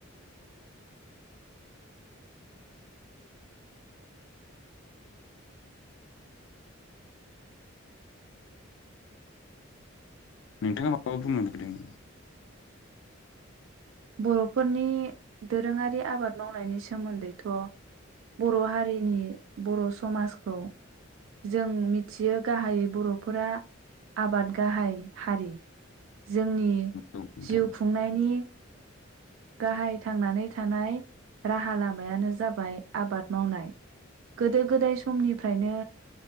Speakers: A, on the left (about 60°); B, on the right (about 70°).
A: नोंथाङा माबा बुंनो नागिरदों नामा?
B: बर'फोरनि दोरोङारि आबाद मावनायनि सो सोमोन्दैथ' बर' हारिनि बर' समाजखौ जों मिथियो गाहायै बर'फोरा आबाद गाहाय हारि जोंनि
A: नंगौ नोंथां
B: जिउ खुंनायनि गाहाय थांनानै थानाय राहा लामायानो जाबाय आबाद मावनाय। गोदो गोदाय समनिफ्रायनो